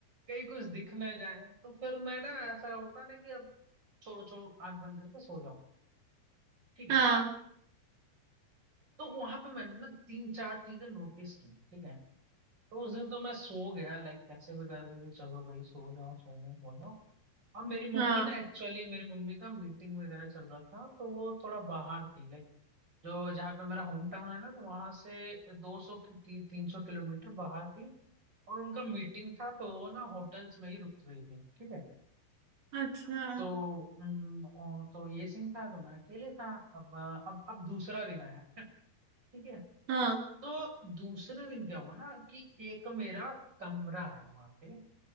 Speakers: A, on the right (about 25°); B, on the right (about 60°).
A: कहीं कुछ दिख ना जाए तो फिर मैं ना ऐसा होता ना कि अब छोड़ो छोड़ो आंख बंद करके सो जाओ ठीक है
B: हाँ
A: तो वहां पे मैंने ना तीन चार चीजें नोटिस की ठीक है तो उस दिन तो मैं सो गया लाइक कैसे भी करके कि चलो भाई सो जाओ सो जाओ सो जाओ और मेरी मम्मी
B: हाँ
A: ना एक्चुअली मेरी मम्मी का मीटिंग वगैरह चल रहा था तो वो थोड़ा बाहर थी लाइक जो जहाँ पे मेरा होम टाउन है ना तो वहां से 200 की ती, 300 किलोमीटर बाहर थी और उनका मीटिंग था तो वो ना होटल्स में ही रुक रही थी ठीक है
B: अच्छा
A: तो हम्म, ओ, तो ये सीन था तो मैं अकेले था अब अ, अब अब दूसरा दिन आया <laughs> ठीक है
B: हाँ
A: तो दूसरे दिन क्या हुआ ना कि एक मेरा कमरा है वहां पे